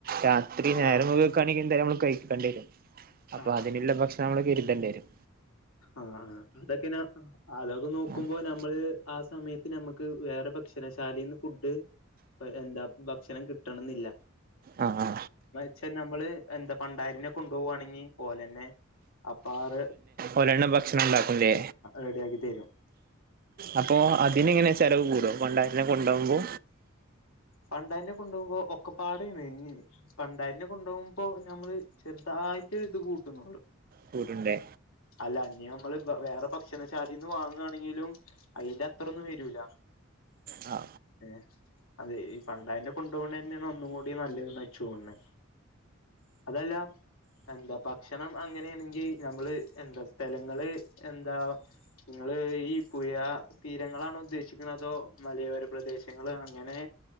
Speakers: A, on the right; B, on the left.
A: രാത്രി നേരം
B: ആഹ്
A: വെകൊക്കാണെങ്കിൽ എന്തായാലും നമ്മള് കഴിക്കേണ്ടി വരും അപ്പൊ
B: ആഹ്
A: അതിനുള്ള ഭക്ഷ നമ്മള് കരുതണ്ടെരും
B: ആഹ് ആ അതൊക്കെ നാ അതൊക്കെ നോക്കുമ്പോ
A: ആ
B: നമ്മള് ആ ആ സമയത്ത് നമുക്ക് വേറെ ഭക്ഷണ ശാലേന്ന് ഫുഡ് ഇപ്പം എന്താ ഭക്ഷണം കിട്ടണംന്നില്ല
A: ആ ആ
B: പക്ഷെ നമ്മള് എന്താ പണ്ടാരിനെ കൊണ്ടുപോകുകയാണെങ്കിൽ ഓലെന്നെ അപ്പംഅവർ
A: ഓരെന്നെ ഭക്ഷണം ഉണ്ടാകൂലെ
B: റെഡിയാക്കി തരും
A: അപ്പൊ
B: ഏഹ്
A: അതിന് എങ്ങനെ ചെലവ് കൂടോ പണ്ടാരിനെ കൊണ്ടോകുമ്പോ
B: പണ്ടാരിനെ കൊണ്ടോകുമ്പോ ഒക്കപ്പാട <unintelligible> പണ്ടാരിനെ കൊണ്ടോകുമ്പോ നമ്മള് ചെറുതായിട്ട് ഇത് കൂട്ടും കൂട്ടും
A: കൂട്ട്ണ്ടേ
B: അല്ല ഇന്നിഅ മ്മള് വേറെ ഭക്ഷണശാലീന്ന് വാങ്ങാണെങ്കിലും അയിന്റഅത്ര ഒ ന്നും വരൂല
A: ആ
B: ഏ അതെ ഈ പണ്ടാരിനെ കൊണ്ട്പോണെ ന്നെ ഒന്നും കൂടി നല്ലത് നാ ഇച്ച്തോന്ണേ അതല്ലാ എന്താ ഭക്ഷണം അങ്ങനെയാണെങ്കിൽ നമ്മള് എന്താ സ്ഥലങ്ങള് എന്താ ഇങ്ങള് ഈ പുയ തീരങ്ങളാണോ ഉദ്ദേശിക്കുന്നത് അതോ മലയോര പ്രദേശങ്ങള് അങ്ങനെ